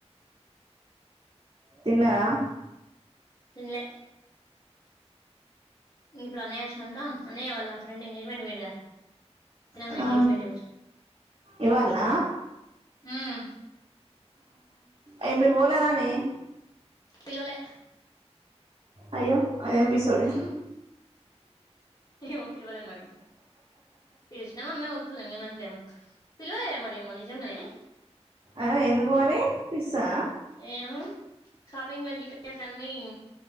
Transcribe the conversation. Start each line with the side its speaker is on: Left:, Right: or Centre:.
Right: తిన్నారా
Left: ఇలే ఇ ఇప్పుడు అన్నయ్య వచ్చినాక అన్నయ్య వాళ్ళ ఫ్రెండ్ ఎంగేజ్మెంట్ పోయిండు గా
Right: ఆ
Left: <unintelligible> ఎంగేజ్మెంట్
Right: ఇవాళనా
Left: మ్మ్
Right: ఏ మీరు బాలేదు అనే
Left: పేలవలె
Right: అయ్యో అయ ఎపి సోడే
Left: మ్మ్ ఏమో పిల్వలే మరి పిలిచిన అమ్మే ఒదు పిల్లలే మరేమో నిజంగానే
Right: ఆ ఎందు పోర పిస్సా
Left: ఏ సాపింగ్ గి ప కనీ